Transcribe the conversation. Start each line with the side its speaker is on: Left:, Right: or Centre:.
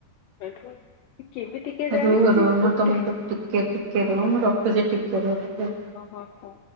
Left: ହେଠୁ ଏ କେମିତି କେଜାଣି
Right: ରୁହ
Left: ସେ
Right: ରୁହ ମୁଁ
Left: ଗୋଟେ
Right: ତୁମକୁ ଟିକେ ଟିକେ ରୁହ ମୁଁ ରଖୁଚି ଟିକେ ରୁହ <unintelligible>
Left: କହ କହ।